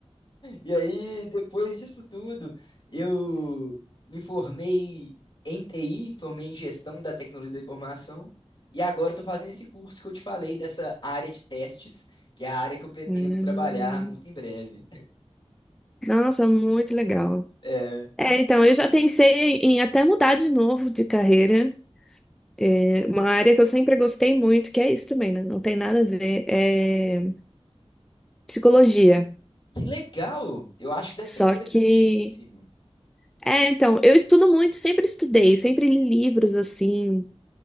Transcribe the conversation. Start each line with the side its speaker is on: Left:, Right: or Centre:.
Left: E aí, depois disso tudo, eu me formei em TI, formei em gestão da tecnologia da informação, e agora estou fazendo esse curso que eu te falei dessa área de testes, que é a área que eu pretendo
Centre: Hum.
Left: trabalhar muito em breve.
Centre: Nossa, muito legal.
Left: <laughs>
Centre: É, então, eu já pensei em até mudar de novo de carreira. É, uma área que eu sempre gostei muito, que é isso também, né? Não tem nada a ver, é psicologia.
Left: Que legal! Eu acho que deve
Centre: Só
Left: ser interessantíssimo.
Centre: que. É, então, eu estudo muito, sempre estudei, sempre li livros assim,